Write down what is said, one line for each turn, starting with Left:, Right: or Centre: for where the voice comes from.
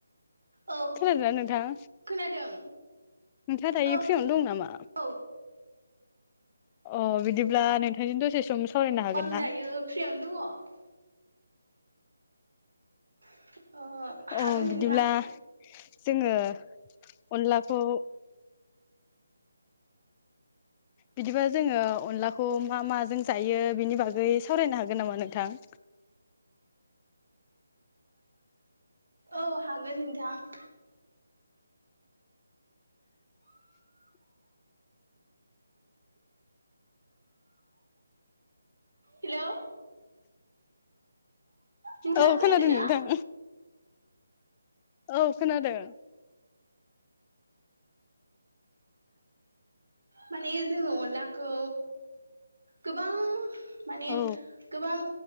Right: औ
Left: खोना दोंना नोथां।
Right: खोनादों
Left: नोंथाङा दा
Right: औ
Left: इ फ्रियावनो दं नामा
Right: औ
Left: अ बिदिब्ला नोथांजों दसे सम सावरायनो हागोन
Right: आं
Left: ना
Right: दायो फ्रियावनो दङ <inaudible> हागोन
Left: अ बिदिब्ला
Right: नोंथां
Left: जोङो अनलाखौ बिदिबा जोङो अनलाखौ मा माजों जायो बिनि बागै सावरायनो हागोन नामा नोंथां।
Right: औ हागोन नोंथां हेल' नोंथाङा
Left: औ
Right: खोनादोंना
Left: खोनादों नोंथां औ खोनादों
Right: माने जोङो अनलाखौ गोबां माने
Left: औ
Right: गोबां